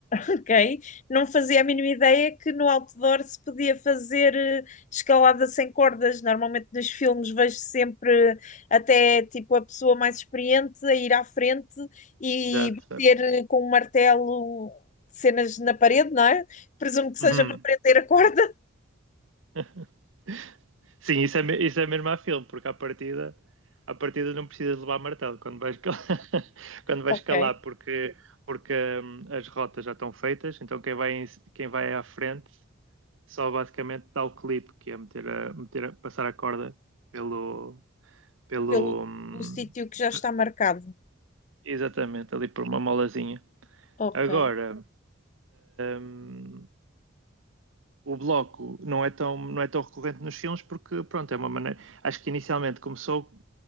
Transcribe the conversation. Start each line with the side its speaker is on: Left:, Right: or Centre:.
Left: ok? Não fazia a mínima ideia que no outdoor se podia fazer eh, escalada sem cordas. Normalmente nos filmes vejo sempre eh, até tipo a pessoa mais experiente a ir à frente e
Right: Exato. é.
Left: bater eh, com um martelo cenas na parede, não é? Presumo que seja
Right: Uhum.
Left: para prender a corda,
Right: <laughs> Sim, isso é, me- isso é mesmo a filme, porque à partida, à partida não precisas levar martelo quando vais, cal- <laughs> quando vais
Left: <laughs> ok?
Right: calar, porque, porque hum, as rotas já estão feitas, então quem vai, em- quem vai à frente só basicamente dá o clipe, que é meter a, meter a- passar a corda pelo, pelo,
Left: Pelo
Right: hum,
Left: o sítio que já
Right: pe-
Left: está marcado,
Right: exatamente, ali por uma molazinha.
Left: ok,
Right: Agora, hum, o bloco não é tão não é tão recorrente nos filmes porque pronto é uma maneira acho que inicialmente começou